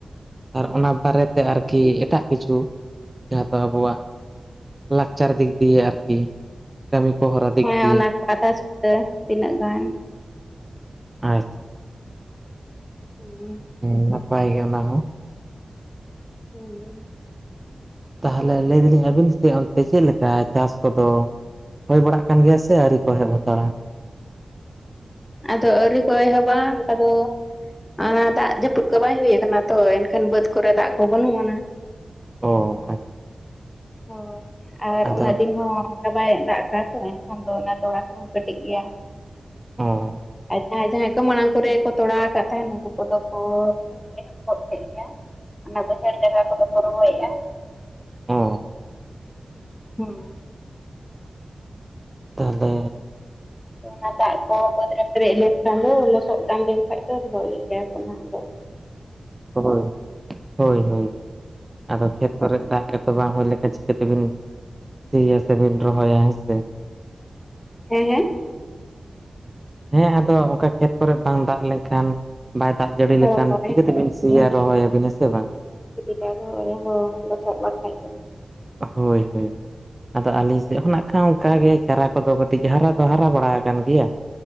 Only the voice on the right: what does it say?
ᱟᱨ ᱚᱱᱟ ᱵᱟᱨᱮᱛᱮ ᱟᱨᱠᱤ ᱮᱴᱟᱜ ᱠᱤᱪᱷᱩ ᱡᱟᱦᱟᱸ ᱫᱚ ᱟᱵᱚᱣᱟᱜ ᱞᱟᱠᱪᱟᱨ ᱫᱤᱠ ᱫᱤᱭᱮ ᱟᱨᱠᱤ ᱠᱟᱹᱢᱤ ᱠᱚ ᱦᱚᱨᱟ ᱫᱤᱠ
ᱫᱤᱭᱮ
ᱟᱪᱪᱷᱟ
ᱦᱩᱸ ᱱᱟᱯᱟᱭ ᱜᱮ ᱚᱱᱟ ᱦᱚᱸ
ᱛᱟᱦᱚᱞᱮ ᱞᱟᱹᱭ ᱫᱟᱞᱤᱧ ᱟᱹᱵᱤᱱ ᱥᱮᱫ ᱚᱱᱛᱮ ᱪᱮᱫ ᱞᱮᱠᱟ ᱪᱟᱥ ᱠᱚᱫᱚ ᱦᱳᱭ ᱵᱟᱲᱟᱜ ᱠᱟᱱ ᱜᱮᱭᱟ ᱥᱮ ᱟᱹᱨᱤ ᱠᱚ ᱦᱮᱡ ᱦᱟᱛᱟᱲᱟ
ᱚ ᱟᱪᱪᱷᱟ
ᱟᱪᱪᱷᱟ
ᱟᱪᱪᱷᱟ, ᱟᱫᱚ
ᱦᱩᱸ
ᱚ
ᱛᱟᱦᱞᱮ
ᱦᱳᱭ ᱦᱳᱭ ᱦᱳᱭ ᱟᱫᱚ ᱠᱷᱮᱛ ᱠᱚᱨᱮ ᱫᱟᱜ ᱜᱮᱛᱚ ᱵᱟᱝ ᱦᱩᱭ ᱞᱮᱠᱷᱟᱱ ᱪᱤᱠᱟᱹᱛᱮᱵᱤᱱ ᱥᱤᱭᱟ ᱥᱮᱵᱤᱱ ᱨᱚᱦᱚᱭᱟ ᱦᱮᱸᱥᱮ
ᱦᱮᱸ ᱟᱫᱚ ᱚᱱᱠᱟ ᱠᱷᱮᱛ ᱠᱚᱨᱮ ᱵᱟᱝ ᱫᱟᱜ ᱞᱮᱱᱠᱷᱟᱱ ᱵᱟᱭ ᱫᱟᱜ ᱡᱟᱹᱲᱤ
ᱞᱮᱠᱷᱟᱱ ᱪᱤᱠᱟᱹᱛᱮᱵᱤᱱ ᱥᱮᱭᱟ ᱨᱚᱦᱚᱭᱟᱵᱤᱱ ᱦᱮᱸ ᱥᱮ ᱵᱟᱝ
ᱦᱳᱭ ᱦᱳᱭ ᱟᱫᱚ ᱟᱹᱞᱤᱧ ᱥᱮᱜ ᱦᱚᱸ ᱱᱟᱜ ᱠᱷᱟᱱ ᱚᱱᱠᱟᱜᱮ ᱪᱟᱨᱟ ᱠᱚᱫᱚ ᱠᱟᱹᱴᱤᱡ ᱦᱟᱨᱟ ᱫᱚ ᱦᱟᱨᱟ ᱵᱟᱲᱟᱣ ᱠᱟᱱ ᱜᱮᱭᱟ